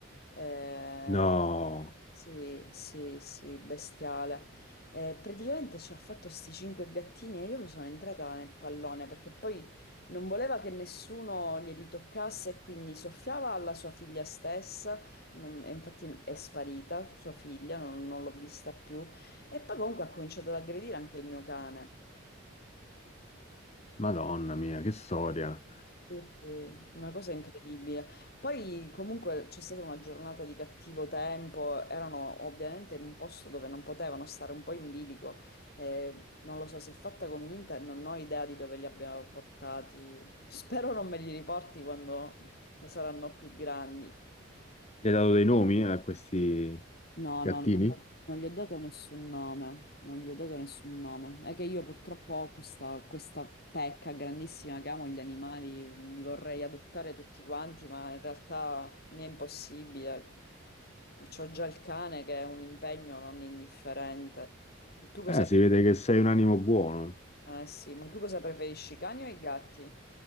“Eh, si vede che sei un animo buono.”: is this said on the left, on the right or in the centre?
Left